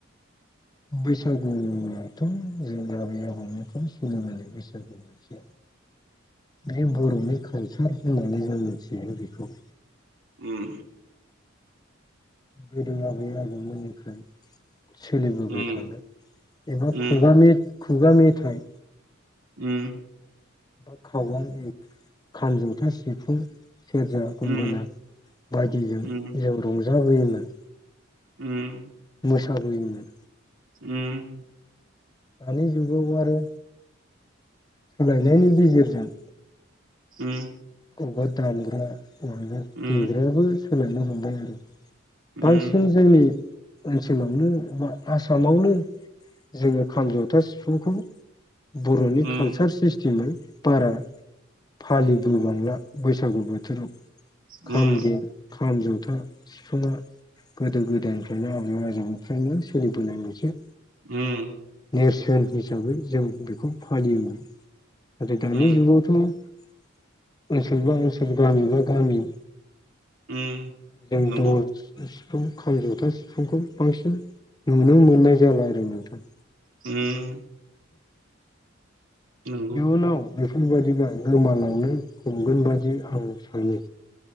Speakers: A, on the left; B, on the right.
A: बैसागुआथ' जोंनि आबै आबौनिफ्राय सोलिनाय बैसागु मोनसे बे बर'नि कालचार होननानै जों मिथियो बेखौ
B: उम
A: गोदो आबै आबैमोननिफ्राय सोलिबोबाय
B: उम
A: थानाय एबा
B: उम
A: खुगा खुगा मेथाइ
B: उम
A: बा खावां खाम जथा सिफुं सेरजा
B: उम
A: गंगोना बायदिजों
B: उम
A: जों रंजाबोयोमोन।
B: उम
A: बैसागुनिमोन
B: उम
A: दानि जुगावबो आरो सोलायनायनि गेजेरजों
B: उम
A: बबेवबा दानग्रा बबबा
B: उम
A: देग्रायाबो सोलायनो मोनबाय आरो
B: उम
A: बांसिन जोंनि ओनसोलावनो बा आसामावनो जोङो खाम जथा सिफुंखौ बर'नि
B: उम
A: कालचार सिस्टेमै बारा फालिबोबांला बैसागु बोथोराव खामनि
B: उम
A: खाम जथा सिफुङा गोदो गोदायनिफ्रायनो आबै आजौनिफ्रायनो सोलिबोनाय मोनसो
B: उम
A: नेरसोन हिसाबै जों बेखौ फालियोमोन नाथाय दानि
B: उम
A: जुगावथ' ओनसोल बा ओनसोल गामि बा गामि
B: उम
A: जों
B: नंगौ
A: दल सिफुं खाम जथा सिफुंखौ बांसिन नुनो मोननाय जाला आरो नोंथां
B: उम नंगौ
A: इउनाव बेफोरबाददिबा गोमालांनो हमगोन बादि आं सानो